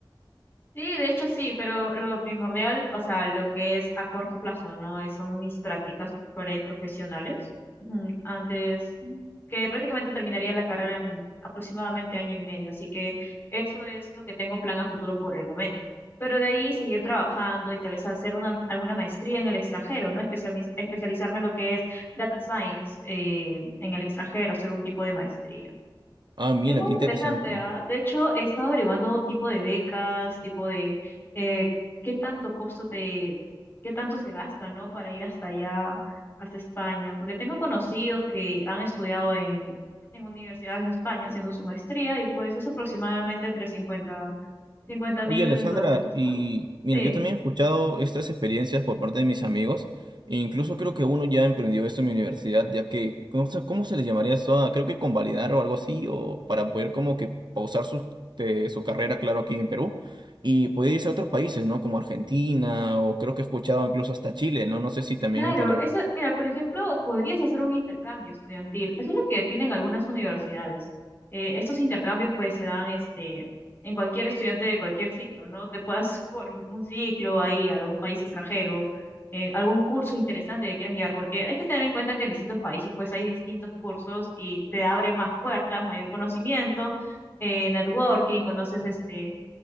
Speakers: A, on the left; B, on the right.
A: Sí, de hecho sí, pero lo primordial, o sea, lo que es a corto plazo, ¿no? Es- Son mis prácticas preprofesionales. mm, Antes, mm, que prácticamente terminaría la carrera en aproximadamente año y medio, así que eso es lo que tengo plan a futuro por el momento. Pero de ahí seguir trabajando y tal vez hacer una, alguna maestría en el extranjero, ¿no? Especialmi- especializarme en lo que es data science eh, en el extranjero, hacer un tipo de maestría.
B: Ah, mira,
A: Es muy
B: qué
A: interesante,
B: interesante.
A: ¿ah? De hecho, he estado averiguando tipo de becas, tipo de eh, qué tanto costo te, qué tanto se gasta, ¿no? Para ir hasta allá, hasta España. Porque tengo conocidos que han estudiado en, en universidades de España haciendo su maestría y pues es aproximadamente entre cincuenta cincuenta mil
B: Oye, Alessandra,
A: dólares,
B: y
A: ¿no?
B: mira,
A: Sí.
B: yo también he escuchado estas experiencias por parte de mis amigos, e incluso creo que uno ya emprendió esto en mi universidad, ya que, ¿cómo se, cómo se le llamaría esto? Ah, Creo que convalidar o algo así, o para poder como que pausar su, te- su carrera, claro, aquí en Perú, y poder irse a otros países, ¿no? Como Argentina, o creo que he escuchado incluso hasta Chile, ¿no? No sé si también
A: Claro,
B: en tu universidad.
A: eso, mira, por ejemplo, podrías hacer un intercambio estudiantil. Eso es lo que tienen algunas universidades. Eh, estos intercambios pues se dan este en cualquier estudiante de cualquier ciclo, ¿no? Te puedas por un ciclo ahí a algún país extranjero, eh, algún curso interesante que quieras llevar, porque hay que tener en cuenta que en distintos países pues hay distintos cursos y te abre más puertas, mayor conocimiento, eh, networking, conoces este